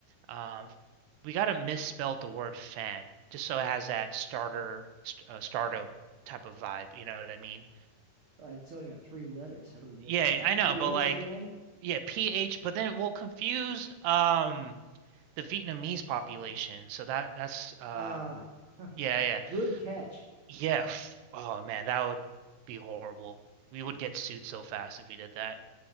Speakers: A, on the right (about 70°); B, on the right (about 45°).
A: um, we got to misspell the word fan just so it has that starter st uh, startup type of vibe. You know what I mean?
B: Uh, it's only got three letters. How do we misspell
A: Yeah,
B: it?
A: I know,
B: P
A: but
B: H
A: like,
B: A N.
A: yeah, PH. But then we'll confuse um the Vietnamese population. So that that's um
B: Ah. <laughs>
A: yeah yeah
B: Good catch.
A: yeah. f- Oh man, that would be horrible. We would get sued so fast if we did that.